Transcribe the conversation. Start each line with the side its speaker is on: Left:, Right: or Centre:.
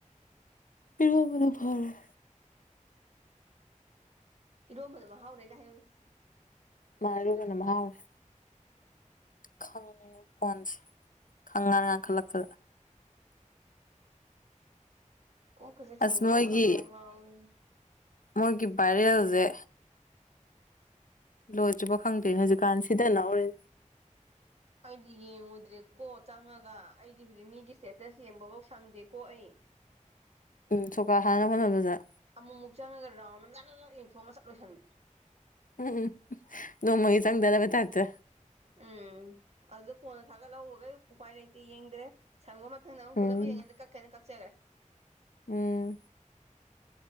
Left: ꯏꯔꯣꯝꯕꯅ ꯐꯔꯦ
Right: ꯏꯔꯣꯝꯕꯅ ꯃꯍꯥꯎꯔ ꯂꯩ ꯒꯥꯏ ꯍꯥꯏꯌꯨꯅꯦ
Left: ꯃꯜꯂꯤ ꯏꯔꯣꯝꯕꯅ ꯃꯍꯥꯎꯋꯦ <unintelligible> ꯈꯪꯉꯦ ꯐꯣꯟꯁꯦ ꯈꯪꯉꯟ ꯉꯥꯟꯈꯠꯂꯛꯄꯗ
Right: ꯀꯣꯛ ꯀꯁꯦ ꯈꯪꯉꯥꯎ
Left: ꯑꯁ ꯃꯣꯏꯒꯤ
Right: ꯈꯪꯉꯥꯎ ꯉꯥꯎꯋꯤ
Left: ꯃꯣꯏꯒꯤ ꯚꯥꯏꯔꯦꯜꯖꯦ ꯂꯣꯏꯗ꯭ꯔꯤꯕ ꯈꯪꯗꯦ ꯍꯧꯖꯤꯛꯀꯥꯟ ꯁꯤꯗꯅꯍꯧꯔꯤ
Right: ꯑꯩꯗꯤ ꯌꯦꯡꯉꯨꯗ꯭ꯔꯦꯀꯣ ꯆꯪꯉꯒ ꯑꯩꯗꯤ ꯍꯧꯖꯤꯛ ꯃꯤꯒꯤ ꯁ꯭ꯇꯦꯇꯁ ꯌꯦꯡꯕꯐꯧ ꯁꯪꯗꯦꯀꯣ ꯑꯩ
Left: ꯎꯝ ꯁꯣꯀꯥ ꯍꯥꯟꯅ ꯍꯣꯠꯅꯕꯗꯨꯗ
Right: ꯑꯃꯨꯛꯃꯨꯛ ꯆꯪꯉꯒ ꯔꯥꯎꯟ ꯑꯃ ꯖꯠ ꯖꯠ ꯌꯦꯡꯊꯣꯛꯃꯑꯃꯒ ꯆꯠ ꯂꯣꯏꯁꯟꯕ
Left: ꯎꯝ ꯅꯣꯡꯃꯒꯤ ꯆꯪꯗꯅꯕ ꯇꯥꯏꯞꯇ
Right: ꯎꯝ ꯑꯗꯨꯗ ꯀꯣꯟꯅ ꯊꯥꯒꯠꯍꯧꯕꯒꯩ ꯎꯄꯥꯏ ꯂꯩꯇꯦ ꯌꯦꯡꯗ꯭ꯔꯦ ꯁꯪꯕ ꯃꯊꯪꯗ ꯑꯃꯨꯛ
Left: ꯎꯝ
Right: ꯄꯨꯂꯞ ꯌꯦꯡꯉꯁꯤ ꯀꯛ ꯀꯩꯅ ꯀꯛꯆꯔꯦ
Left: ꯎꯝ